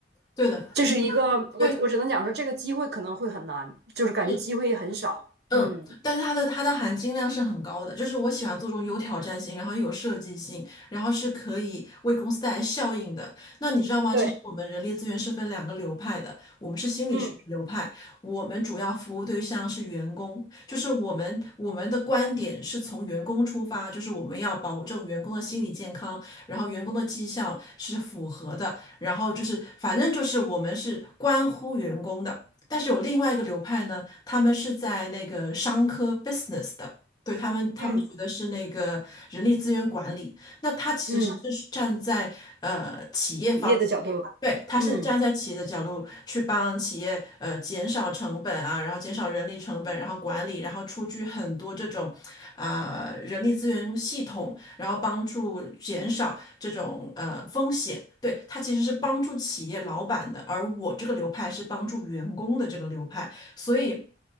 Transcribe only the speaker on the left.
对的，
你说的对。
是。嗯，
但是它的它的含金量是很高的，就是我喜欢做这种有挑战性，然后又有设计性，然后是可以为公司带来效应的。那你知道吗？
其实我们人力资源是分两个流派的，我们是心理学流派，
我们主要服务对象是员工，就是我们我们的观点是从员工出发，就是我们要保证员工的心理健康，然后员工的绩效是符合的，然后就是反正就是我们是关乎员工的。但是有另外一个流派呢，他们是在那个商科 business 的，对他们，他们学的是那个人力资源管理。
那他其实是站在呃企业方，
对，他是站在企业的角度去帮企业呃减少成本啊，
然后减少人力成本，然后管理，然后出具很多这种啊、人力资源系统然后帮助减少这种呃风险。对，它其实是帮助企业老板的，而我这个流派是帮助员工的这个流派，所以。